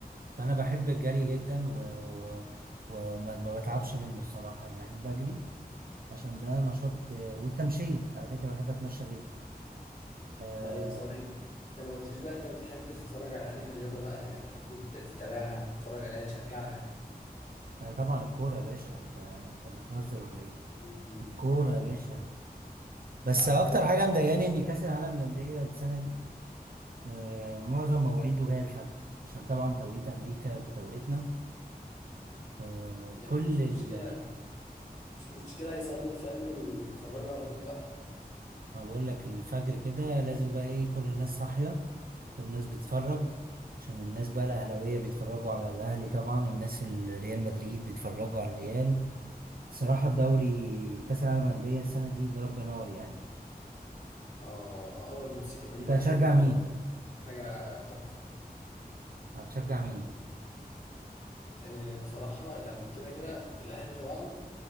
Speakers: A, on the right; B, on the left.
A: فأنا بحب الجري جدا و... و... و- وما ما بتعبش منه الصراحة يعني أحب أجري عشان ده نشاط آه، والتمشية على فكرة بحب أتمشى جدا آه
B: طيب ثواني انت ما قلتليش بقى انت بتحب تتفرج على انهي رياضه بقى يعني بتحب تت- تتابعها تتفرج عليها تشجعها
A: آه، طبعا الكورة يا باشا أنت أنت بتهزر ولا إيه؟
B: امم
A: الكورة يا باشا بس
B: على
A: أكتر
B: كده بقى
A: حاجة مضايقاني إن كأس العالم للأندية السنة دي آه، معظم مواعيده جاية الفجر عشان طبعا توقيت أمريكا بتوقيتنا فكل
B: يعني مش
A: ال-
B: مشكله مش مشكلة يصلوا الفجر ويتفرجوا على طول بقى
A: ما بقول لك الفجر كده لازم بقى إيه كل الناس صاحية كل الناس بتتفرج عشان الناس بقى الأهلاوية بيتفرجوا على الأهلي طبعا الناس الريال مدريد بيتفرجوا على الريال صراحة الدوري كأس العالم للأندية السنة دي ضرب نار يعني
B: اه اول ماتش كمان
A: أنت
B: الاهلي
A: هتشجع
B: وانتر
A: مين؟
B: حاجه تحفه
A: هتشجع مين؟
B: آه بصراحه يعني كده كده الاهلي طبعا